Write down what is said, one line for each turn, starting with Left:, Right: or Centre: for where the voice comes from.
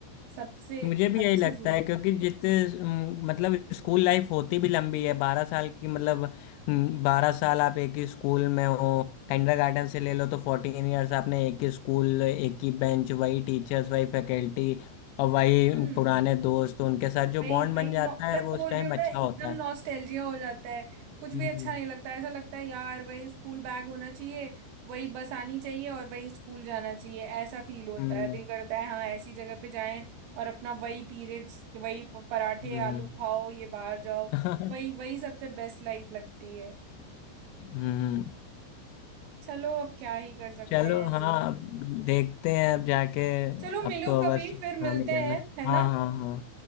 Right: सबसे
Left: मुझे भी
Right: अच्छी
Left: यही लगता
Right: जिंदगी
Left: है क्योंकि जितने अम, मतलब स्कूल लाइफ होती भी लंबी है बारह साल की मतलब अम, बारह साल आप एक ही स्कूल में हो गार्डन से ले लो तो फोर्टीन इयर्स आपने एक ही स्कूल एक ही बेंच वही टीचर्स वही फैकल्टी और वही
Right: हम्म
Left: पुराने दोस्त तो उनके साथ जो
Right: वही
Left: बॉन्ड
Right: वही
Left: बन जाता
Right: नौ, मैं
Left: है वो
Right: बोल
Left: उस टाइम
Right: रही हूँ
Left: अच्छा
Right: ना एकदम
Left: होता है
Right: नॉस्टैल्जिया हो जाता है कुछ भी
Left: हम्म
Right: अच्छा नहीं लगता ऐसा लगता है यार वही स्कूल बैग होना चाहिए वही बस आनी चाहिए और वही स्कूल जाना चाहिए ऐसा फील होता
Left: हम्म
Right: है दिल करता है हाँ ऐसी जगह पे जाएं और अपना वही पीरियड्स वही प- पराठे
Left: हम्म
Right: आलू खाओ ये बाहर जाओ
Left: <laughs>
Right: वही वही सबसे बेस्ट लाइफ लगती है
Left: हम्म
Right: चलो अब क्या ही कर सकते
Left: चलो
Right: हैं
Left: हाँ
Right: जो है
Left: अब देखते हैं अब जाके
Right: चलो
Left: अब
Right: मिलो
Left: तो
Right: कभी
Left: बस काम
Right: फिर मिलते
Left: ही करना
Right: हैं
Left: है।
Right: है ना
Left: हाँ हाँ हाँ